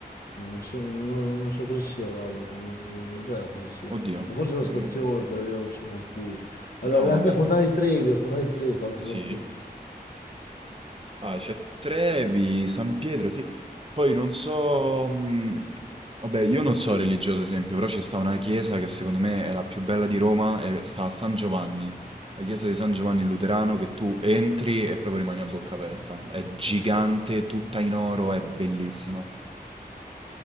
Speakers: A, on the left; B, on the right.
A: No, Non so, non, non so cosa sia, guarda, non, non ho idea cosa sia.
B: Oddio.
A: E forse la
B: Mm,
A: stazione, quella lì mi sono confuso. Allora,
B: no,
A: la,
B: vabbè,
A: la Fontana di Trevi, la Fontana di Trevi, qua mi
B: sì.
A: sono confuso.
B: Ah, c'è Trevi, San Pietro, sì. Poi non so... mh, Vabbè, io
A: San
B: non so
A: Pietro.
B: religioso esempio, però ci sta una chiesa che secondo me è la più bella di Roma e sta a San Giovanni. La chiesa di San Giovanni Luterano che tu entri e proprio rimani a bocca aperta. È gigante, tutta in oro, è bellissima.